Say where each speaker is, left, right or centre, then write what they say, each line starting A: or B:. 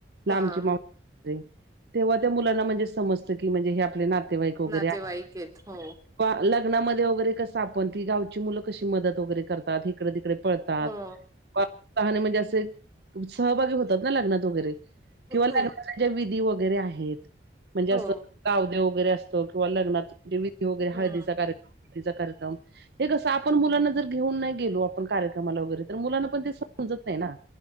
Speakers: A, on the right (about 60°); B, on the right (about 20°).
A: लांबची
B: हा
A: <unintelligible> तेव्हा त्या मुलांना म्हणजे समजतं की, म्हणजे हे आपल्या नात नातेवाईक वगैरे
B: नातेवाईक
A: आहे
B: आहेत हो
A: लग्नामध्ये वगैरे कसं आपण ती गावची मुलं कशी मदत वगैरे करतात, इकडे तिकडे पळत <unintelligible>
B: हो
A: म्हणजे असे सहभागी होतात ना लग्नात वगैरे. किंवा
B: हो
A: लग्नाचा ज्या विधी वगैरे आहेत म्हणजे
B: हो
A: असं गावदेव वगैरे असतो. किंवा लग्नात विधी वगैरे
B: हम्म
A: हळदीचा कार्यक्रम, <unintelligible> कार्यक्रम हे कसं आपण मुलांना जर घेऊन नाही गेलो आपण कार्यक्रमाला वगैरे तर मुलांना पण ते समजत नाही ना.